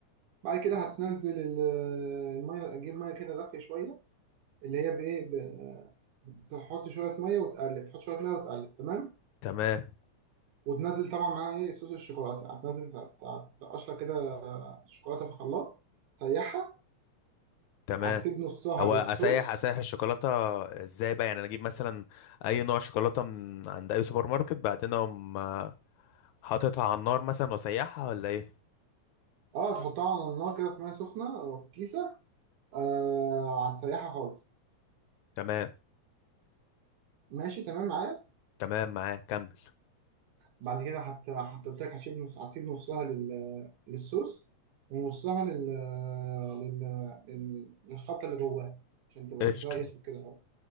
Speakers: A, on the right; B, on the left.
A: بعد كده هتنزل ال- الميه اجيب ميه كده دافيه شويه اللي هي بايه ب- تحط شويه ميه وتقلب تحط شويه ميه وتقلب تمام
B: تمام
A: وتنزل طبعا معاها ايه صوص الشوكولاته هتنزل ت- ت- تقشر كده شوكولاته في الخلاط تسيحها
B: تمام
A: هتسيب نصها
B: هو
A: للصوص
B: اسيح اسيح الشوكولاته ازاي بقى يعني انا اجيب مثلا اي نوع شوكولاته من عند اي سوبر ماركت بعدين اقوم آه، حاططها على النار مثلا واسيحها ولا ايه
A: اه تحطها على النار كده في ميه سخنه أو في كيسه آه هتسيحها خالص
B: تمام
A: ماشي تمام معايا
B: تمام معاك كمل
A: بعد كده هت هت- قلت لك هتسيب نص هتسيب نصها لل... للصوص ونصها لل... لل... لل... للخلطه اللي جواها عشان تبقى
B: قشطه
A: شكلها اسود كده اهو